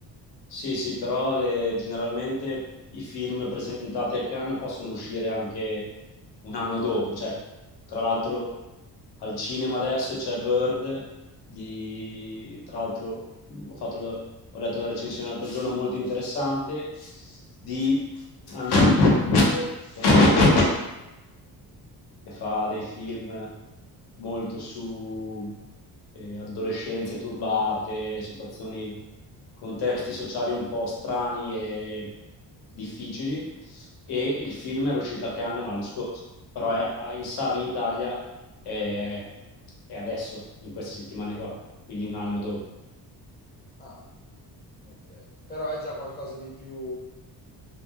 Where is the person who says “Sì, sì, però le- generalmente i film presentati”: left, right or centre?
Left